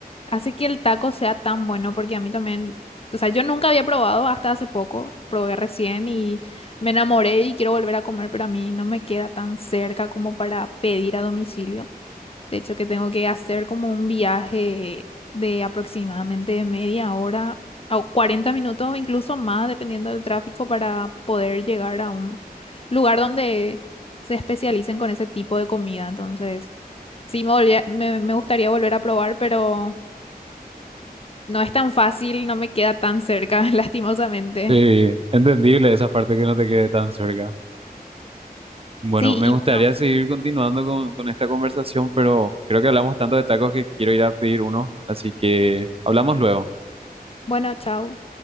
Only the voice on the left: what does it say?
hace que el taco sea tan bueno, porque a mí también, o sea, yo nunca había probado hasta hace poco, probé recién y me enamoré y quiero volver a comer, pero a mí no me queda tan cerca como para pedir a domicilio. De hecho, que tengo que hacer como un viaje de aproximadamente media hora o 40 minutos, incluso más, dependiendo del tráfico, para poder llegar a un lugar donde se especialicen con ese tipo de comida. Entonces, sí me volvía- me, me gustaría volver a probar, pero no es tan fácil, no me queda tan cerca, <laughs> lastimosamente.
Sí,
y bueno,
bueno, chao.